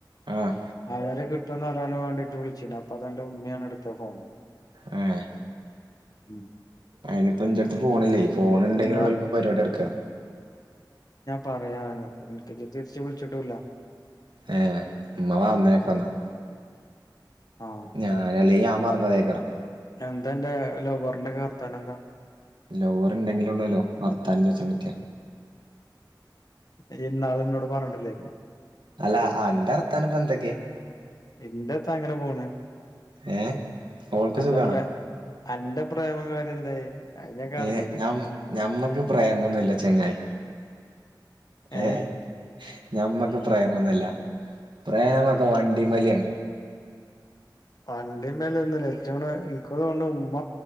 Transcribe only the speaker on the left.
ആര കി മറ്റന്ന നാലാണ് വേണ്ടിട്ട് വിളിച്ച അപ്പൊ അതൻന്റെ ഉമ്മാണ് എടുത്ത ഫോൺ
ഉം
ഉമ്മ
പറയാന ഇനിക്ക് ഇജ്ജ് തിരിച്ച് വിളിച്ചിട്ടൂല്ല
ആഹ്
എന്താ അന്റെ ലൗവറിന്റെക്കെ വർത്താന എന്താ
രി ഇന്നാള് ന്നോട് പറഞ്ഞിട്ടില്ലേ ഞ്ഞോ
ഇന്റെ ത്താ അങ്ങനെ പോണ്
അന്റെ
പ്രറേ അന്റെ പ്രേമം കാര്യം എന്തായി അത് ഞാനൊക്കെ
അറിഞ്ഞിക്ക്ണ്
ഏഹ്
വണ്ടി വലി ഒന്നുല്ല ച്ച്ണേ ഇൻക്കോ തോണേ ഉമ്മ